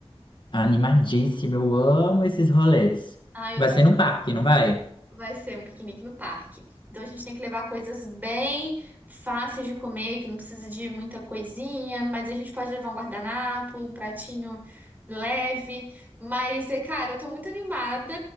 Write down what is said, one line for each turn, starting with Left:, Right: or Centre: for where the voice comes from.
Left: Animadíssima, eu amo esses rolês.
Right: Ah, eu
Left: Vai
Right: também.
Left: ser num parque, não vai?
Right: Vai ser um piquenique no parque. Então a gente tem que levar coisas bem fáceis de comer, que não precisa de muita coisinha, mas a gente pode levar um guardanapo, um pratinho leve. Mas é, cara, eu tô muito animada.